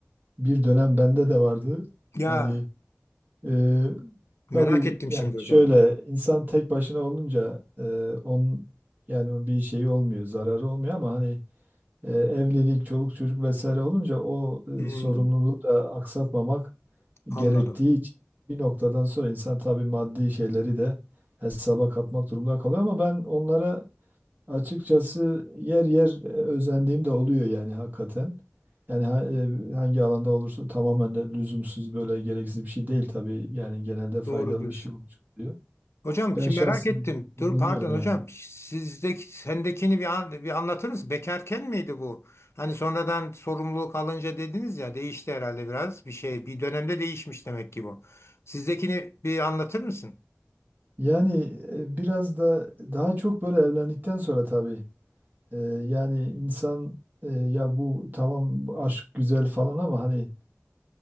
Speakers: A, on the right (about 40°); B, on the left (about 65°).
A: Bir dönem bende de vardı.
B: Ya
A: Hani e, tabii
B: merak ettim
A: yani
B: şimdi hocam.
A: şöyle insan tek başına olunca e, on yani bir şey olmuyor, zararı olmuyor ama hani e, evlilik, çoluk çocuk vesaire olunca o
B: Hmm,
A: e, sorumluluğu da aksatmamak
B: anladım.
A: gerektiği için bir noktadan sonra insan tabii maddi şeyleri de hesaba katmak durumunda kalıyor ama ben onlara Açıkçası yer yer e, özendiğim de oluyor yani hakikaten. Yani ha- e, hangi alanda olursa tamamen de lüzumsuz böyle gereksiz bir şey değil tabii. Yani genelde faydalı
B: Doğru diyorsun.
A: bir şey olmuş oluyor.
B: Hocam
A: Ben
B: şimdi
A: şahsen
B: merak ettim.
A: özeniyorum
B: Dur pardon hocam.
A: yani.
B: Sizdeki sendekini bir, an, bir anlatır mısın? Bekarken miydi bu? Hani sonradan sorumluluk alınca dediniz ya değişti herhalde biraz bir şey. Bir dönemde değişmiş demek ki bu. Sizdekini bir anlatır mısın?
A: Yani e, biraz da daha çok böyle evlendikten sonra tabii. Ee, yani insan e, ya bu tamam bu aşk güzel falan ama hani